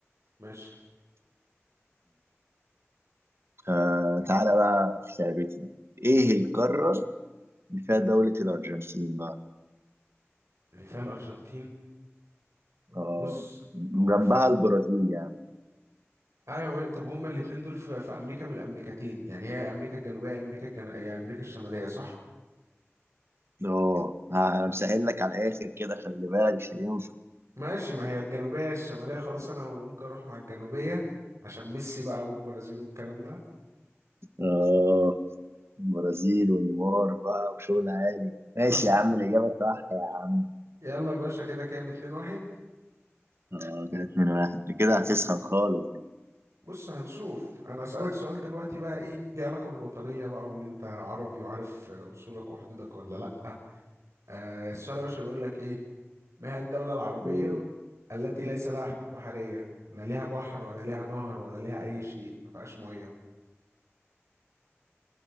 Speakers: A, on the right; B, on the right.
A: ماشي
B: آه تعالى بقى في لعبتي ايه القارة اللي فيها دولة الارجنتين بقى
A: اللي فيها الارجنتين
B: اه
A: بص هو
B: جنبها
A: في...
B: البرازيل يعني
A: ايوه ما- طب هما الاتنين دول في... في امريكا من الامريكتين يعني هي امريكا الجنوبيه امريكا الجن... هي امريكا الشماليه صح
B: اه ها- انا مسهل لك على الاخر كده خلي بالك مش هينفع
A: ماشي ما هي الجنوبية الشمالية خلاص أنا ممكن أروح مع الجنوبية عشان ميسي بقى والبرازيل والكلام ده
B: اه برازيل ونيمار بقى وشغل عالي ماشي
A: حصل
B: يا عم الاجابه صح يا عم
A: يلا يا باشا كده كام اتنين واحد
B: اه كده 2 1 انت كده هتسخن خالص
A: بص هنشوف أنا أسألك سؤال دلوقتي بقى إيه ليه علاقة بالوطنية بقى وإن أنت عربي وعارف أصولك وحدودك ولا لأ آه السؤال يا باشا بيقول لك إيه ما هي الدولة العربية
B: أوه.
A: التي ليس لها حدود بحرية لا ليها بحر ولا ليها نهر ولا ليها أي شيء ما فيهاش مية